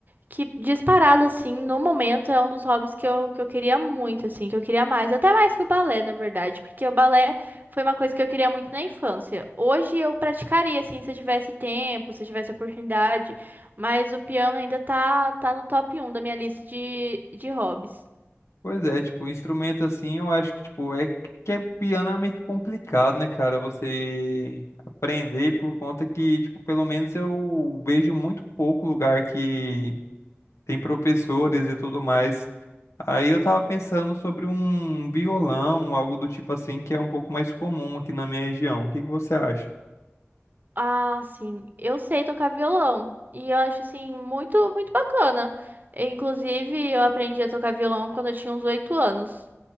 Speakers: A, on the right; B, on the left.
A: Que disparado, assim, no momento é um dos hobbies que eu, que eu queria muito, assim, que eu queria mais, até mais que o balé, na verdade, porque o balé foi uma coisa que eu queria muito na infância. Hoje eu praticaria, assim, se eu tivesse tempo, se eu tivesse oportunidade, mas o piano ainda tá, tá no top um da minha lista de, de hobbies.
B: Pois é, tipo, instrumento assim, eu acho que, tipo, é que o piano é meio que complicado, né, cara? Você aprender por conta que, tipo, pelo menos eu vejo muito pouco lugar que tem professores e tudo mais. Aí eu tava pensando sobre um violão, algo do tipo assim, que é um pouco mais comum aqui na minha região. O que que você acha?
A: Ah, sim, eu sei tocar violão e eu acho, assim, muito, muito bacana. Inclusive, eu aprendi a tocar violão quando eu tinha uns oito anos.